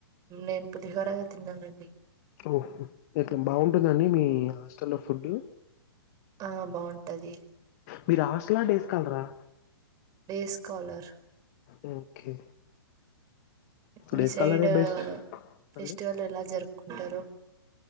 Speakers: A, on the right; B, on the left.
A: నేను పులిహోర తిన్నానండీ
B: ఓహొ ఎట్లా బాగుంటుదండి మీ హాస్టల్లో ఫుడ్
A: ఆ బాగుంటది
B: మీరు హాస్టల్ ఆ డేస్ కాలరా
A: డేస్ కాలర్
B: మ్ ఓకే ఇప్పుడు
A: మీ
B: డేస్
A: సైడ్
B: కలరే బెస్ట్
A: ఫెస్టివల్
B: అండి
A: ఎలా జరుపుకుంటారు